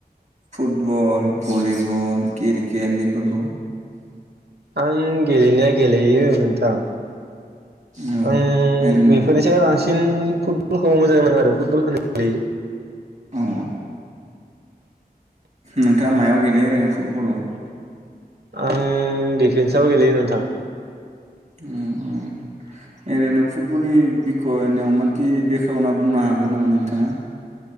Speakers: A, on the right; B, on the right.
A: फुट बल भलिबल क्रिकेट बेफोरफोरखौ,
B: आं गेलेनाया गेलेयो नों थां
A: औ
B: आं
A: ओरैनो
B: बेफोरनिसाय बांसिन फुटबलखौ मोजां नाङो आरो फुटबलखौनो लि
A: अ अ नोंथाङा मायाव गेलेयो ओरैनो फुटबलाव?
B: आं दिफेन्साव गेलेयो नोंथां,
A: उम औ ओरैनो फुटबलनि <unintelligible> बेखावना बुंनो हागोन नामा नोंथाङा?